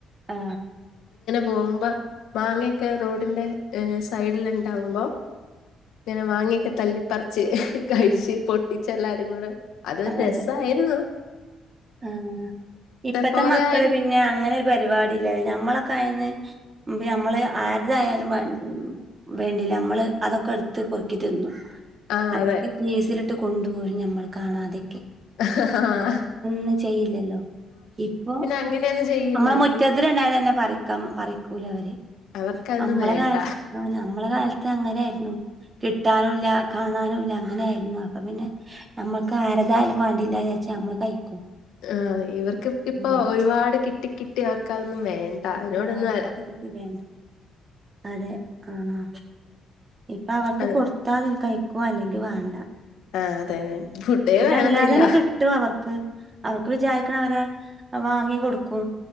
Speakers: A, on the right; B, on the left.
A: ആ
B: പോകുമ്പോ മാങ്ങയൊക്കെ റോ ഡിൻ്റെ സൈഡിൽ ഉണ്ടാകുമ്പോ ഇങ്ങനെ മാങ്ങയൊക്കെ തല്ലിപ്പറി ച്ച് കഴിച്ച്
A: ആ
B: പൊട്ടിച്ച് എല്ലാ രും കൂടെ അതൊരു
A: ആ
B: രസം
A: അതെ
B: ആയിരുന്നു
A: ആ ഇപ്പത്തെ
B: പോലെ
A: മക്കള്
B: ആയിരി
A: പിന്നെ അങ്ങനനൊരു പരിപാടി ഇല്ല ഞമ്മളൊക്കെ ആരുന്നേ നമ്മള് ആരുടെ ആയാലും വ വേണ്ടില്ല നമ്മള് അതൊക്കെ എടുത്ത് പെറുക്കി തിന്നും
B: ആഹ്
A: <unintelligible>
B: അതെ
A: ഇട്ട് കൊണ്ടുപോരും നമ്മള് കാണാതൊക്കെ
B: ആ
A: ന്നും ചെയ്യില്ല ല്ലോ ഇപ്പൊ
B: അങ്ങനെയൊന്നും ചെയ്യില്ല
A: നമ്മളെ മുറ്റത്ത്
B: ഫുൾ
A: ര്ണ്ടായ തന്നെ പറിക്കാം പറിക്കൂല അവര്
B: അവർക്കതൊന്നും
A: ഞമ്മളെ
B: വേണ്ട
A: കാലത്ത് ഞമ്മളെ കാലത്ത് അങ്ങനെയായിരുന്നു കിട്ടാനുല്ല കാണാനും ഇല്ല അങ്ങനെ ആരുന്നു അപ്പൊ പിന്നെ നമ്മക്ക് ആരതായാലും വാണ്ടില്ലാന്ന് ചാരിച് നമ്മള് കഴിക്കും
B: ആ ഇവർക്ക് ഇപ് ഇപ്പൊ
A: ഉം
B: ഒരുപാട് കിട്ടി കിട്ടി അവർക്ക് അത് ന്നും വേൺ അതിനോടൊന്നും
A: ആ കിട്ടി കിട്ടി വേണ്ട അതെ ആഹ് ഇപ്പൊ അവർക്ക്
B: അത്
A: കൊടുത്ത അവര് കൈ ക്കോ അല്ലെങ്കി വാണ്ട
B: ആഹ് അതെ വേണ് ഫുഡേ വേണന്നില്ല
A: അല്ലാതെന്നെ കിട്ടും അവർക്ക് അവർക്ക് വിചാരിക്കണം അവരെ വാങ്ങി കൊടുക്കും